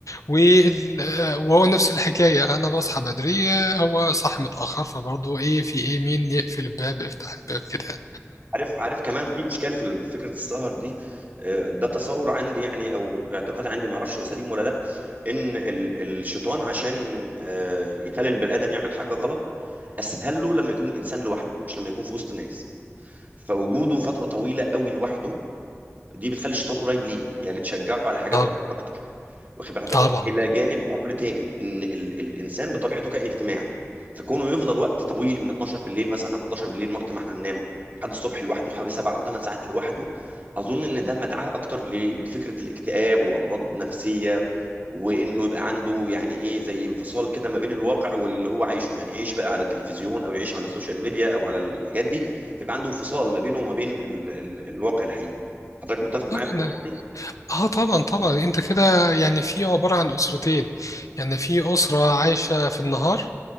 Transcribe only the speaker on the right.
عارف عارف كمان في اشكال في ال- فكره السهر دي آه، ده تصور عندي يعني او اعتقاد عندي ما اعرفش هو سليم ولا لا ان ال- الشيطان عشان ين- آه، يخلي البني ادم يعمل حاجه غلط اسهل له لما يكون الانسان لوحده مش لما يكون في وسط ناس فوجوده فتره طويله قوي لوحده دي بتخلي الشيطان قريب ليه يعني تشجعه على حاجات
غلط اكتر واخد بال حضرتك
الى جانب امر تاني ان ال الانسان بطبيعته كائن اجتماعي فكونه يفضل وقت طويل من 12 بالليل مثلا او 11 بالليل وقت ما احنا ننام لحد الصبح لوحده حوالي سبع او ثمان ساعات لوحده اظن ان ده مدعاه اكتر ل- لفكره الاكتئاب وامراض نفسيه وانه يبقى عنده يعني ايه زي انفصال كده ما بين الواقع واللي هو عايشه يعني يعيش بقى على التلفزيون او يعيش على السوشيال ميديا او على الحاجات دي فيبقى عنده انفصال ما بينه وما بين ال ال الواقع الحقيقي حضرتك متفق
معايا في النقطه دي؟